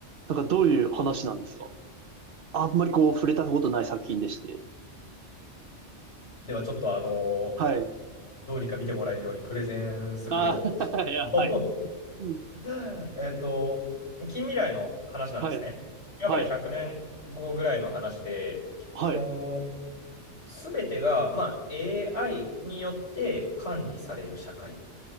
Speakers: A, on the right; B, on the left.
A: なんかどういう話なんですかあんまりこう触れたことない作品でして。
B: では、ちょっと、あの、
A: はい。
B: どうにか見てもらえるようにプレゼンすると、
A: ああ、<laughs> いや、
B: もう
A: はい。うん。
B: <laughs> えっと、近未来の話なんですね。
A: はい。
B: 今から100年後ぐらいの話で、
A: はい。はい。
B: その、すべてが、まあ、AI によって管理される社会。